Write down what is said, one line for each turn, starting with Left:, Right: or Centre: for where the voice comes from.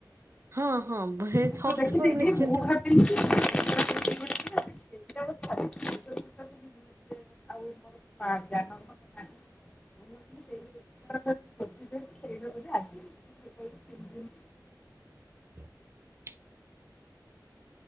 Right: ହଁ ହଁ।
Left: ତୁ
Right: ହଉଥିବ
Left: ଦେଖିଦେଇକି
Right: ନିଶ୍ଚିନ୍ତ
Left: ମୁଁ ଭାବିଲି କି <inaudible> ଏତେ ଆଉ ମୋର ପା ଜ୍ଞାନ ଗୁଣ ନାହିଁ ମୁଁ ମୁଁ ଭାବିଥିଲି ସେଇ ଯୋଉ ଏଗାରର ଯୋଉ ଭୋଜି ଟା ସେଇଡା ବୋଧେ ଆଜି। <unintelligible>
Right: <inaudible>